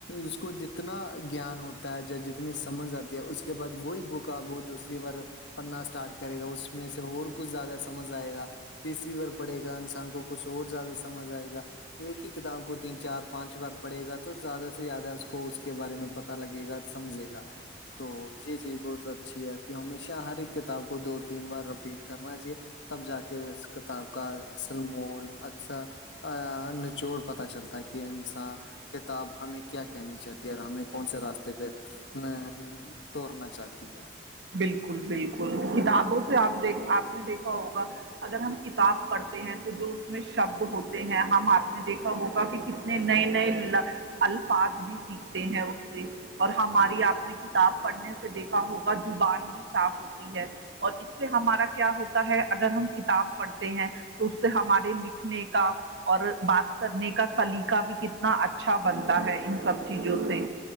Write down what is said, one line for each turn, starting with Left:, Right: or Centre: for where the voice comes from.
Left: اس کو جتنا گیان ہوتا ہے جتنی سمجھ آتی ہے اس کے بعد وہی بک آب وہ دوسری بار پڑنا اسٹارٹ کرے گا اس میں سے اور کچھ زیادہ سمجھ آئے گا گا تیسری بار پڑے گا انسان کو کچھ اور زیادہ سمجھ آئے گا ایک ہی کتاب کو تین چار پانچ بار پڑے گا تو زیادہ سے زیادہ اس کو اس کے بارے میں پتا لگے گا اور سمجھے گا تو جی جی بہت اچھی ہے کہ ہمیشہ ہر ایک کتاب کو دو تین بار رپیٹ کرنا تب جا کے اس کتاب کا اصل مول اچھا نچوڑ پتا چلتا انسا کتاب ہمیں کیا کہنی چاہتی ہے اور ہمیں کون سے راستے پہ نہ توڑنا چاہتی ہے
Right: بالکل بالکل کتابوں سے آپ دیک آپ نے دیکھا ہوگا اگر ہم کتاب پڑھتے ہیں تو جو اس میں شبد ہوتے ہیں آپ نے دیکھا ہوگا کہ کتنے نئے نئے الفاظ بھی سیکھتے ہیں اس سے اور ہماری آپ نے کتاب پڑھنے سے دیکھا ہوگا زبان بھی صاف ہوتا اور اس سے ہمارا کیا ہوتا ہے اگر ہم کتاب پڑھتے ہیں تو اس سے ہمارے لکھنے کا اور بات کرنے کا سلیقہ بھی کتنا اچھا بنتا ہے ان سب چیزوں سے